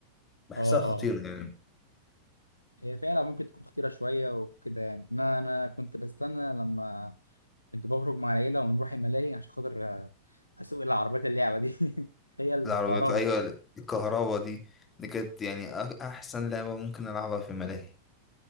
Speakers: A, on the left; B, on the left.
A: بحسها
B: اه
A: خطيرة
B: اه
A: يعني
B: هي فعلا ممكن تكون خطيرة شوية وكده يعني أنا أنا كنت بستنى لما كنت بخرج مع العيلة ونروح الملاهي عشان خاطر آه، أسوق العربيات اللعبة دي <laughs> هي الكهرباء
A: العربيات أيوة الكهرباء دي دي كانت يعني أ- أحسن لعبة ممكن ألعبها في ملاهي